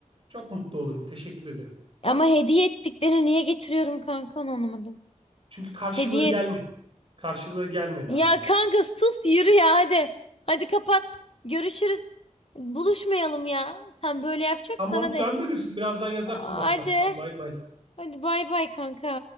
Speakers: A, on the right (about 40°); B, on the left (about 50°).
A: çok mutlu olurum. Teşekkür ederim.
B: Ama
A: Tamam.
B: hediye ettiklerini niye getiriyorum kanka onu anlamadım.
A: Çünkü karşılığı
B: Hediye
A: gelmedi.
B: et.
A: Karşılığı gelmedi
B: Ya
A: hala.
B: kanka sus yürü ya hadi. Hadi kapat. Görüşürüz. Buluşmayalım ya. Sen böyle yapacaksan
A: Tamam
B: hadi.
A: sen bilirsin. Birazdan yazarsın
B: Hadi.
A: WhatsApp'tan. Bay bay.
B: Hadi bay bay kanka.